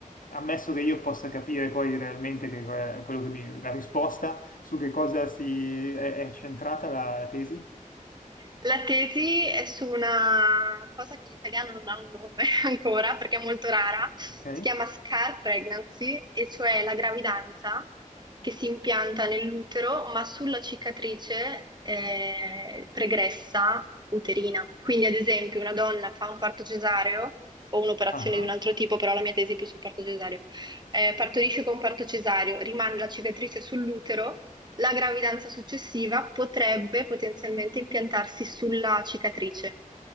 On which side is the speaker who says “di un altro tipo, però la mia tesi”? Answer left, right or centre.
Right